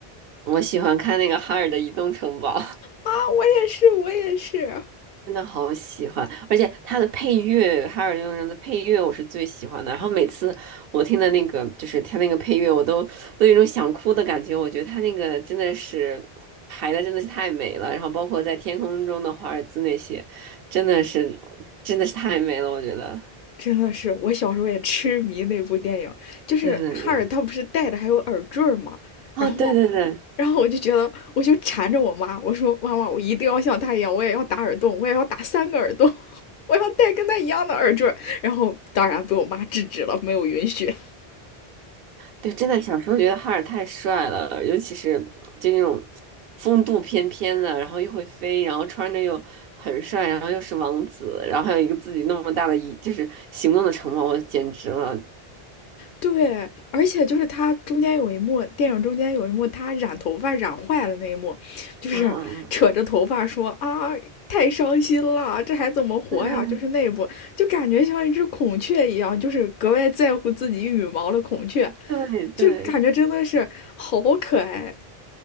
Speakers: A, on the right (about 70°); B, on the left (about 60°).
A: 我喜欢看那个哈尔的《移动城堡》
B: 啊，我也是，我也是，
A: <laughs>，真的好喜欢，而且它的配乐，哈尔的移动城堡的配乐我是最喜欢的。然后每次我听的那个，就是它那个配乐，我都都有一种想哭的感觉。我觉得它那个真的是排的真的是太美了，然后包括在天空中的华尔兹那些，真的是真的是太美了，我觉得。
B: 真的是，我小时候也痴迷那部电影。就是哈尔他不是戴的还有耳坠儿嘛，
A: 对对对，哦，
B: 然后，
A: 对对对，
B: 然后我就觉得，我就缠着我妈，我说妈妈，我一定要像他一样，我也要打耳洞，我也要打三个耳洞，<laughs> 我要戴跟他一样的耳坠儿。然后当然被我妈制止了，没有允许。
A: 对，真的小时候觉得哈尔太帅了，尤其是就那种风度翩翩的，然后又会飞，然后穿着又很帅，然后又是王子，然后还有一个自己那么大的一就是行动的城堡，我简直了
B: 对，而且就是他中间有一幕，电影中间有一幕，他染头发染坏了那一幕，就是扯着头发说啊，
A: 啊！
B: 太伤心了，这还怎么活呀？
A: <laughs>
B: 就是那一部，就感觉像一只孔雀一样，就是格外在乎自己羽毛的孔雀，
A: 对对对对
B: 就感觉真的是好可爱。